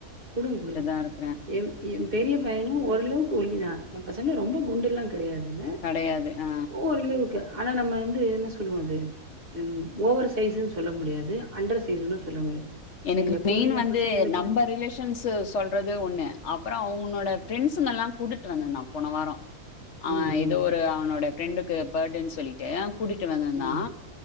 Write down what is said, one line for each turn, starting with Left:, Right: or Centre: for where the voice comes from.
Right: குடுங் குடுங்க
Left: தான் இருக்கிறேன்.
Right: என் என் பெரிய பையனும் ஓரளவுக்கு ஒல்லி தான் என் பசங்க ரொம்ப கெடையாதுங்க
Left: கெடையாது. ஆ.
Right: ஓரளவுக்கு ஆனா நம்ம வந்து என்ன சொல்லுவோ அது ஓவர் சைஸூன் சொல்ல முடியாது அண்டர் சைஸூன்னு சொல்ல முடியாது
Left: எனக்கு
Right: எப்பவுமே
Left: மெயின்
Right: என்
Left: வந்து
Right: பசங்களுக்கு
Left: நம்ப ரிலேஷன்ஸ் சொல்றது ஒண்ணு அப்பற அவங் னோட பிரெண்ட்ஸ்கெல்லா கூட்டிட்டு வந்துருந்தா போன வாரம் ஆ
Right: ம்
Left: எதோ
Right: ம்
Left: ஒரு அவனோட ஃப்ரெண்டுக்கு பேர்த்டேனு சொல்லிட்டு கூட்டிட்டு வந்திருந்தா
Right: ம்